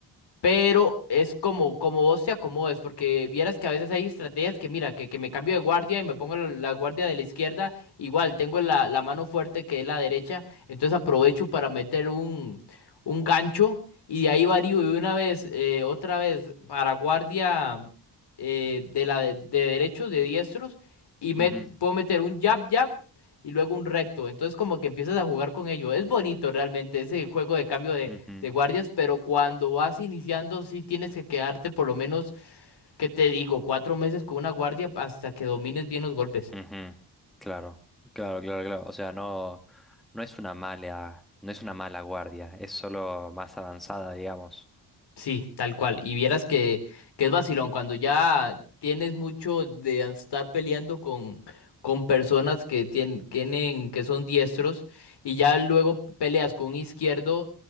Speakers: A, on the left; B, in the centre.
A: Pero es como, como vos te acomodes, porque vieras que a veces hay estrategias que, mira, que, que me cambio de guardia y me pongo la la guardia de la izquierda, igual tengo la, la mano fuerte que es la derecha, entonces aprovecho para meter un, un gancho y de ahí varío de una vez, eh, otra vez para guardia eh, de la de, de derechos, de diestros, y me,
B: ujú,
A: puedo meter un jab, jab y luego un recto, entonces como que empiezas a jugar con ello, es bonito realmente ese juego de cambio de
B: ujú,
A: de guardias, pero cuando vas iniciando sí tienes que quedarte por lo menos, ¿qué te digo? Cuatro meses con una guardia hasta que domines bien los golpes.
B: ujú. Claro, claro, claro, claro. O sea, no, no es una mala, no es una mala guardia, es solo más avanzada, digamos.
A: Sí, tal cual. Y vieras que, que es vacilón, cuando ya tienes mucho de estar peleando con, con personas que tien- tienen, que son diestros, y ya luego peleas con un izquierdo,